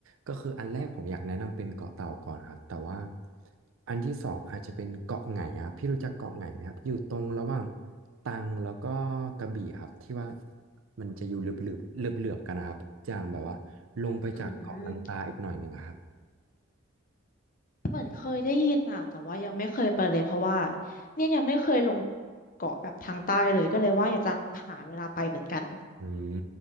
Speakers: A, on the right; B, on the left.
A: ก็คืออันแรกผมอยากแนะนำเป็นเกาะเต่าก่อนครับแต่ว่าอันที่สองอาจจะเป็นเกาะไหงครับพี่รู้จักเกาะไหงไหมครับอยู่ตรงระหว่าง ตรังแล้วก็กระบี่ครับที่ว่ามันจะอยู่เหลือบๆเหลือบๆกันนะครับอย่างแบบว่าลงไปจากเกาะลันตาอีกหน่อยหนึ่งอะครับ
B: อืมเหมือนเคยได้ยินอ่ะแต่ว่ายังไม่เคยไปเลยเพราะว่าเนี่ยยังไม่เคยลงเกาะแบบทางใต้เลยก็เลยว่าอยากจะหาเวลาไปเหมือนกัน
A: อืม